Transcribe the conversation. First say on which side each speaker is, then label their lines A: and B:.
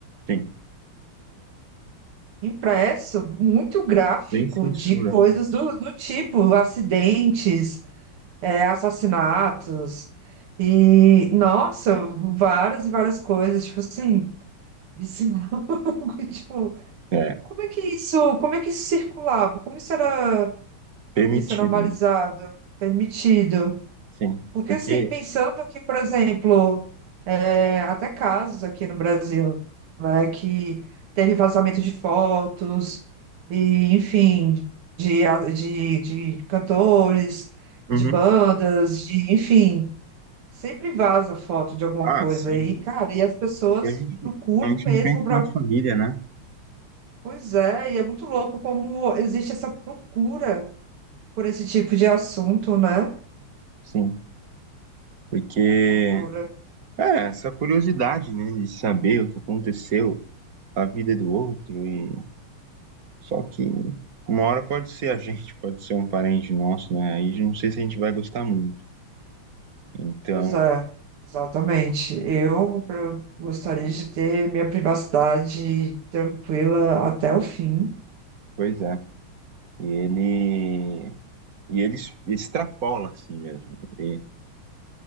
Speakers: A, on the right (about 45°); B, on the right (about 90°).
A: Sim,
B: impresso muito gráfico
A: sem censura,
B: de coisas
A: né?
B: do, do tipo acidentes é, assassinatos e, nossa, várias e várias coisas, tipo assim, vicinal, <laughs> tipo,
A: É,
B: como é que isso, como é que isso circulava? Como isso era,
A: permitido,
B: isso é normalizado,
A: né?
B: permitido?
A: Sim,
B: Porque,
A: porque,
B: assim, pensando que, por exemplo, é, até casos aqui no Brasil, né, que teve vazamento de fotos e, enfim, de, de, de cantores,
A: uhum.
B: de bandas, de, enfim Sempre vaza foto de alguma
A: Ah,
B: coisa
A: sempre,
B: e, cara,
A: né?
B: e as pessoas
A: E a gente,
B: procuram
A: a gente
B: mesmo
A: não pensa
B: para.
A: na família, né?
B: Pois é, e é muito louco como existe essa procura por esse tipo de assunto, né?
A: Sim, porque
B: Procura.
A: é essa curiosidade, né, de saber o que aconteceu, a vida do outro e Só que uma hora pode ser a gente, <laughs> pode ser um parente nosso, né? Aí eu não sei se a gente vai gostar muito. Então,
B: Pois é, exatamente. Eu pra- gostaria de ter minha privacidade tranquila até o fim.
A: pois é. E ele e ele es- extrapola assim mesmo. Ele-